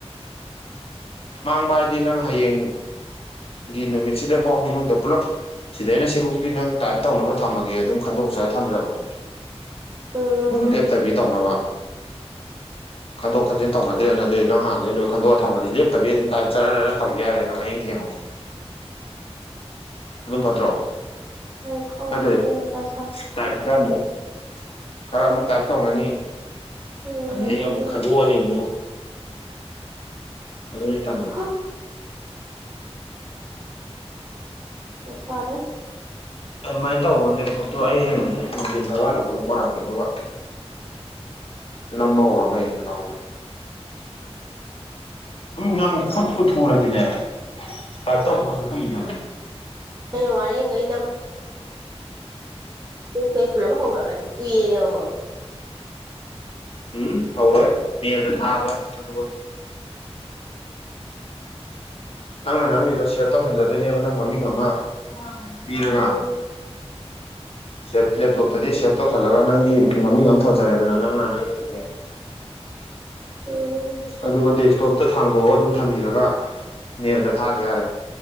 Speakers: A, on the left; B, on the right.
A: ꯃꯥꯡꯕ ꯍꯥꯏꯗꯤ ꯅꯪ ꯍꯌꯦꯡ ꯒꯤ ꯅꯨꯃꯤꯠꯁꯤꯗ ꯐꯥꯎ ꯃꯅꯨꯡꯗ ꯄꯨꯂꯞ ꯁꯤꯗꯩꯅ ꯁꯤꯕꯨꯛꯇꯤ ꯅꯪ ꯇꯥꯏꯞ ꯇꯧꯅꯕ ꯊꯝꯃꯒꯦ ꯑꯗꯨꯝ ꯈꯟꯗꯣꯛꯆ ꯊꯝꯖꯔꯛꯑꯣ
B: ꯎꯝ
A: ꯒꯨꯒꯜ ꯂꯦꯞꯇꯕꯤ ꯇꯧꯅꯕ ꯈꯟꯗꯣꯛ ꯈꯟꯖꯤꯟ ꯇꯧꯅꯗ꯭ꯔꯦꯅ ꯑꯗꯨꯗꯤ ꯅꯪ ꯍꯥꯟꯅꯩ ꯂꯣꯏ ꯈꯟꯗꯣꯛꯑ ꯊꯝꯃꯗꯤ ꯂꯦꯞ ꯇꯕꯤ ꯑꯗꯨꯝ ꯇꯥꯏꯞ ꯆꯠ ꯇꯧ ꯌꯥꯔꯦ ꯅ ꯑꯤꯡ ꯊꯦꯡꯉꯨ ꯑꯗꯨꯚꯗ꯭ꯔꯣ
B: ꯍꯣꯏ ꯈꯪꯗ꯭ꯔꯦ
A: ꯑ
B: ꯑꯩ ꯃꯊꯥ ꯁꯥ
A: ꯇ ꯈꯔ ꯑꯃꯨꯛ ꯇꯥꯏꯞ ꯇꯧꯅꯅꯤ
B: ꯎꯝ
A: ꯑꯗꯩ ꯑꯃꯨꯛ ꯈꯟꯗꯣꯛꯑꯅꯤ ꯑꯃꯨꯛ ꯑꯗꯨꯅ ꯇꯟꯗ꯭ꯔꯣ
B: ꯍꯗ꯭ꯔꯔꯤ ꯆꯔ
A: ꯑꯗꯨꯃꯥꯏꯅ ꯇꯧꯋ ꯅꯦꯞꯇꯣꯞꯇꯣ ꯑꯩ ꯍꯌꯦꯡ ꯅꯨꯡꯊꯤꯟ ꯊꯋꯥꯜꯂꯛꯄꯗ ꯄꯣꯔꯛꯀꯦ ꯑꯗꯨꯒ
B: <unintelligible>
A: ꯂꯝꯝꯕ ꯍꯧꯔꯣ ꯀꯩ ꯀ ꯅꯪ ꯈꯨꯠ ꯄꯨ ꯊꯨꯔꯗꯤꯅꯦ ꯀꯥꯏ ꯇꯧꯕ ꯀꯁꯨ ꯀꯣꯏ ꯀ
B: ꯑꯩꯅ ꯋꯥꯔꯦꯡꯈꯩ ꯅꯣꯛꯈꯩ ꯄꯨꯂꯞ ꯍꯧꯔꯛꯑꯗꯤ ꯇꯨꯏ ꯌꯦꯔꯃ
A: ꯎꯝ ꯍꯧꯔꯣꯏ ꯦꯜꯗ ꯊꯥꯕ ꯑꯗꯨꯒ ꯅꯪꯅ ꯅꯃꯤꯗꯣ ꯁꯤꯌꯔ ꯇꯧꯁꯟꯖꯗꯣꯏꯅꯦꯕ ꯅꯪ ꯃꯃꯤꯡ ꯑꯃ ꯄꯤꯔꯒ
B: ꯎꯝ
A: ꯁꯦꯞ ꯂꯦꯞꯇꯣꯞꯇꯗꯤ ꯁꯦꯞ ꯇꯧꯁꯜꯂꯒ ꯅꯪꯒꯤ ꯃꯃꯤꯡ ꯑꯃ ꯊꯣꯟꯖꯔꯦꯗꯅ ꯅꯪꯅ ꯅꯪꯒꯤ ꯑꯗꯨꯒꯤ
B: <unintelligible> ꯎꯝ
A: ꯑꯗꯨꯒ ꯗ ꯇꯣꯞꯇ ꯊꯥꯡꯗꯣꯛꯑꯒ ꯑꯗꯨꯝ ꯊꯝꯕꯤꯔꯒ ꯅꯦꯜꯗ ꯊꯥꯒꯦ ꯌꯥꯔꯦ